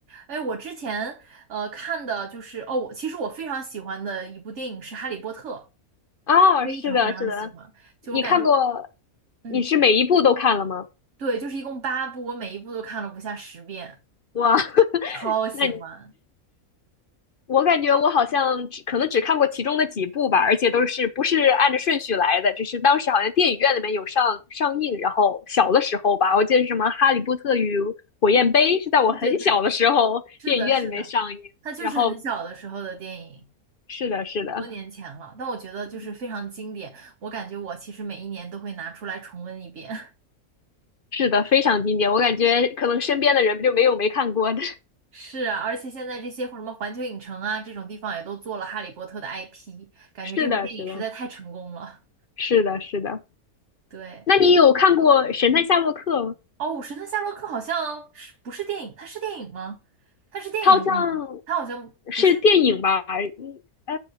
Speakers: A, on the right; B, on the left.
A: 哎，我之前呃看的就是哦，我其实我非常喜欢的一部电影是《哈利波特》。
B: 哦，
A: 非常非常喜欢。
B: 是的，是的，
A: 就我感觉我，
B: 你看过，
A: 嗯，
B: 你是每一部都看了吗？
A: 对，就是一共八部，我每一部都看了不下十遍，
B: 哇，<laughs>
A: 超喜欢。
B: 那你。我感觉我好像只可能只看过其中的几部吧，而且都是不是按着顺序来的，只是当时好像电影院里面有上上映，然后小的时候吧，我记得是什么《哈利波特与火焰杯》是在我很小的时候电影院里面上映，
A: 对对对，是的，是的，它就是很小的时候的电影，
B: 然后是的，是的，
A: 很多年前了，但我觉得就是非常经典。
B: 嗯
A: 我感觉我其实每一年都会拿出来重温一遍。<laughs>
B: 是的，非常经典，我感觉可能身边的人就没有没看过的，<laughs>
A: 是啊，而且现在这些或什么环球影城啊这种地方也都做了《哈利波特》的 IP，感觉这部电影实在太成功了。
B: 是的，是的，是的，是的。
A: 对。
B: 那你有看过《神探夏洛克》吗？
A: 哦，《神探夏洛克》好像是不是电影？它是电影吗？它是电影还是电视剧？
B: 他好像
A: 它好像不是，
B: 是电影吧？嗯呃，